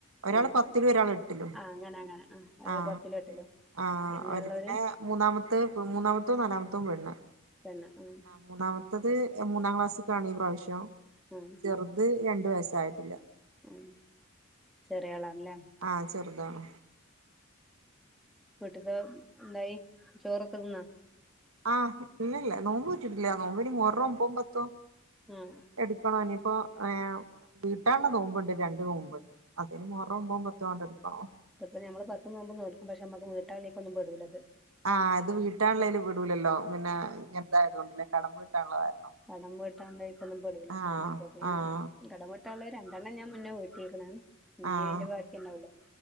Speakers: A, on the right; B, in the centre.
A: ഒരാള്
B: ഉം
A: പത്തിലും, ഒരാൾ എട്ടിലും,
B: ആഹ് അങ്ങനെ അങ്ങനെ ഒരാള്
A: ആഹ്
B: പത്തിലും എട്ടിലും
A: ആഹ്,
B: പിന്നെ
A: ഒരു
B: ഉള്ളോര്
A: ന്നിനെ മൂന്നാമത്തെ, മൂന്നാമത്തെതും നാലാമത്തെതും പെണ്ണ്.
B: പെണ്ണ്, ഉം
A: മൂന്നാ മത്തത്, മൂന്നാം ക്ലാസ്സിലേ ക്കാണ്, ഈ പ്രാവശ്യം.
B: ഉം
A: ചെറുത് രണ്ടു വയസായിട്ടില്ല.
B: ഉം ചെറിയ ആളാണ്ല്ലേ
A: ആഹ് ചെറ്താണ്
B: വീട്ട്ത്തെ എന്തായി ചോറൊക്കെ തിന്നോ
A: ആഹ് ഇല്ലില്ല നോമ്പ് നോറ്റിട്ടില്ല നോമ്പിനി മുഹറം ഒൻമ്പതും പത്തും
B: ഉം
A: എടുക്കണം ഇനിയിപ്പോ ഏഹ് വീട്ടാള്ള നോമ്പ്ണ്ട് രണ്ട് നോമ്പ് അപ്പം ഇനി മുഹറം ഒമ്പതും പത്തും അട്ടെടുക്കണം
B: ഇപ്പം നമ്മൾ പത്ത് നോമ്പും നോൽക്കും പക്ഷെ നമക്ക് വീട്ടാള്ളതിലേക്ക് ഒന്നും പെടൂല്ലത്
A: ആഹ് അത് വീട്ടാള്ളതേൽ പെടൂല്ലല്ലോ പിന്നെ
B: ആഹ്
A: ഇങ്ങനത്തെ കാരണം പിന്നെ കടം വീട്ടാള്ള കാരണം
B: കടം വീട്ടാള്ളതേക്കൊന്നും പെടില്ല
A: ആഹ്
B: അപ്പൊ പിന്നെ
A: ആഹ്
B: കടം വീട്ടാനുള്ള രണ്ടെണ്ണം ഞാൻ മുന്നെ വീട്ടിക്ക്ണ് ഇനി
A: ആഹ്
B: അയിന്റെ ബാക്കി ഇണ്ടാവല്ലൊ